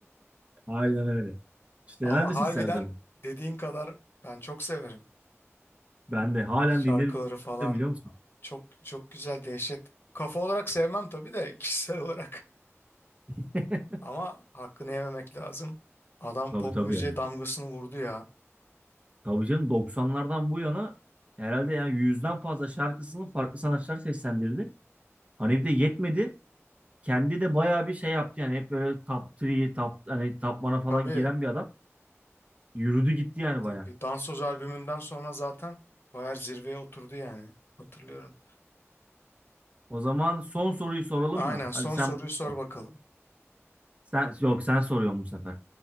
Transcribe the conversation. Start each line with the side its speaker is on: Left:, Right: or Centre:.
Right: Aynen öyle. Hiç
Left: Ama
Right: dener misin
Left: harbiden
Right: Serdar'ı?
Left: dediğin kadar ben çok severim.
Right: Ben de halen
Left: Şarkıları
Right: dinlerim
Left: falan
Right: biliyor musun?
Left: çok çok güzel dehşet. Kafa olarak sevmem tabii de <laughs> kişisel olarak.
Right: <laughs>
Left: Ama hakkını yememek lazım. Adam
Right: Tabii
Left: pop
Right: tabii
Left: müziğe
Right: yani.
Left: damgasını vurdu ya.
Right: Tabii canım 90'lardan bu yana herhalde yani yüzden fazla şarkısını farklı sanatçılar seslendirdi. Hani bir de yetmedi. Kendi de bayağı bir şey yaptı yani hep böyle top 3, top, hani top 1'a falan
Left: Tabii
Right: giren bir adam. Yürüdü gitti yani
Left: tabii
Right: bayağı.
Left: Dansoz albümünden sonra zaten bayağı zirveye oturdu yani. Hatırlıyorum.
Right: O zaman son soruyu soralım
Left: Aynen
Right: mı?
Left: son
Right: Hadi sen
Left: soruyu
Right: bana
Left: sor
Right: sor.
Left: bakalım.
Right: Sen, yok sen soruyorsun bu sefer.